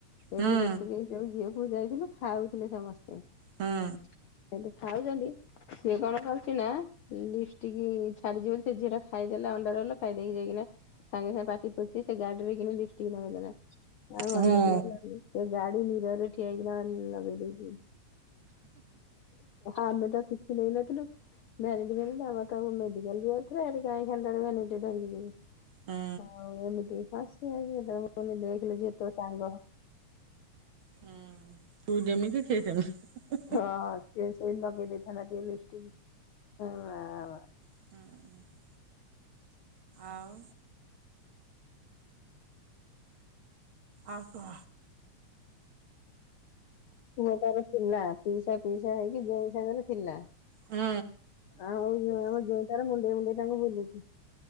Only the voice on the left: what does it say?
ସେଇଠି
ଯେତିକି ଯଏ ବୁ ଯାଇଥିଲୁ ଖାଉଥିଲେ ସମସ୍ତେବେ
ଖାଉଛନ୍ତି ସିଏ କଣ କରୁଛି ନା ଲିପ କି ଛାଡିଯିବ ବୋଲି ସେ ଝିଅ ଟା ଖାଇଦେଲା ଅଣ୍ଡାର ହେଲ ଖାଇଦେଇକି ଯାଇକିନା ସାଙ୍ଗେ ସାଙ୍ଗେ ପାଟି ପଛି ସେ ଗାଡିରେ କି ଲିଫ ନଗଦେଲା ଆଉ
କି ଗାଡି ନିରରେ ଆଗନା ନବ ଦେି ଆମେ ତ କିଛି ନେଇନଥିଲୁ ମୋରଟି ମୋର ଆମର ତାକୁ ମେଡିକାଲ ଯିବାରୁ ଥିଲା ଏଠି ଗାଈ ଖାନ୍ତାଡ ଟିକେ ଧରିକି ଯିବି
ଆଉ ଏମିତି ହଁ ସେ ମୁୁନି ଦେଖିଲି ଯି ତୋ ସାଙ୍ଗ
ହ ସେ ସେଇ ଲଗେଇ ଦେଇଥାନ୍ତା ଟିକେ ଲିପସ୍ଟିକ
ପୁଅ ତାର ଥିଲା ପିଇସା ପିଇସା ହେଇକି ଜଇ ସାଙ୍ଗରେ ଥିଲା
ଆଉ ଆମ ଜୋଇଁ ତାର ମୁଣ୍ଡେଇ ମୁୁଣ୍ଡେଇ ତାଙ୍କୁ ବୁଲୁଛି